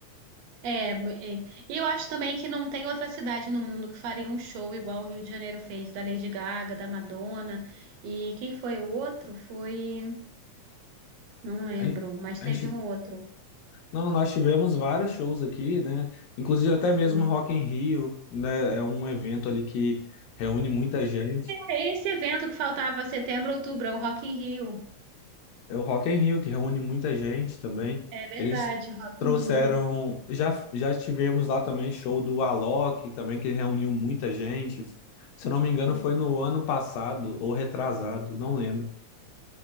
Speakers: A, on the right; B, on the left.
A: É, é. e eu acho também que não tem outra cidade no mundo que faria um show igual o Rio de Janeiro fez, da Lady Gaga, da Madonna. E quem foi o outro? Foi. Não lembro,
B: A gente,
A: mas
B: a
A: teve
B: gente-
A: um outro.
B: não, nós tivemos vários shows aqui, né? Inclusive até
A: Sim.
B: mesmo Rock in Rio, né? É um evento ali que reúne muita gente.
A: É esse evento que faltava setembro, outubro, é o Rock in Rio.
B: É o Rock in Rio, que reúne muita gente também.
A: É verdade,
B: Eles
A: Rock
B: trouxeram.
A: in Rio.
B: Já, já tivemos lá também show do Alok, também, que reuniu muita gente. Se eu não me engano,
A: Uhum.
B: foi no ano passado ou retrasado, não lembro.